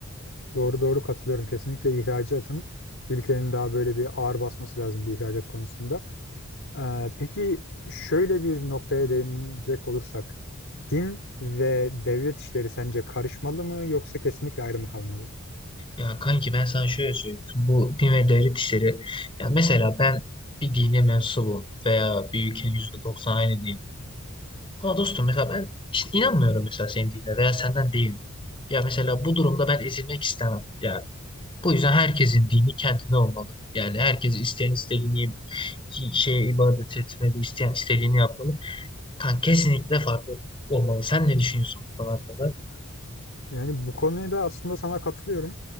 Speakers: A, on the left; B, on the left.
A: Doğru doğru katılıyorum. Kesinlikle ihracatın ülkenin daha böyle bir ağır basması lazım bir ihracat konusunda. Ee, peki şöyle bir noktaya değinecek olursak Din ve devlet işleri sence karışmalı mı yoksa kesinlikle ayrı mı kalmalı?
B: Ya kanki ben sana şöyle söyleyeyim. Bu din ve devlet işleri. Ya mesela ben bir dine mensubum veya bir ülkenin %90 aynı din. Ama dostum mesela ben işte inanmıyorum mesela senin dinine veya senden değil. Ya mesela bu durumda ben ezilmek istemem. Ya bu yüzden herkesin dini kendine olmalı. Yani herkes isteyen istediğini şeye ibadet etmeli, isteyen istediğini yapmalı. Kan kesinlikle farklı olmalı. Sen ne düşünüyorsun bu konu hakkında?
A: Yani bu konuda aslında sana katılıyorum.